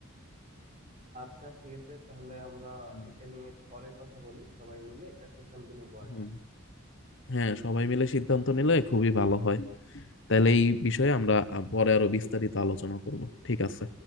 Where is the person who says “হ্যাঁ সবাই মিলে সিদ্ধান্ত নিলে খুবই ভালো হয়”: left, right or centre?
Left